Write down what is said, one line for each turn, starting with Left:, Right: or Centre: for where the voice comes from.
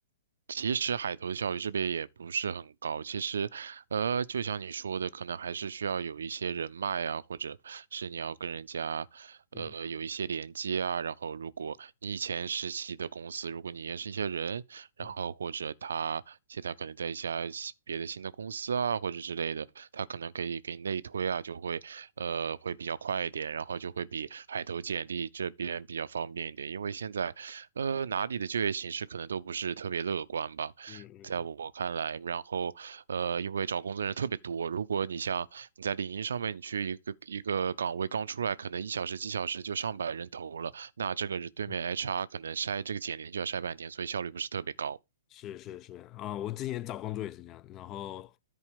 Right: 其实海投的效率这边也不是很高。其实，呃，就像你说的，可能还是需要有一些人脉啊，或者是你要跟人家，呃，
Left: 嗯
Right: 有一些连接啊。然后，如果你以前实习的公司，如果你认识一些人，然后或者他现在可能在一家新别的新的公司啊，
Left: 嗯
Right: 或者之类的，他可能可以给你内推啊，就会，呃，会比较快一点，然后就会比海投简历这边比较方便一点，因为现在。呃，哪里的就业形势可能都不是特别乐观吧，
Left: 嗯嗯
Right: 在我看来。然后，呃，因为找工作人特别多，如果你像你在领英上面，你去一个一个岗位刚出来，可能一小时几小时就上百人投了，那这个是对面
Left: 嗯。
Right: HR 可能筛这个简历就要筛半天，所以效率不是特别高。
Left: 是是是啊，我之前找工作也是这样，然后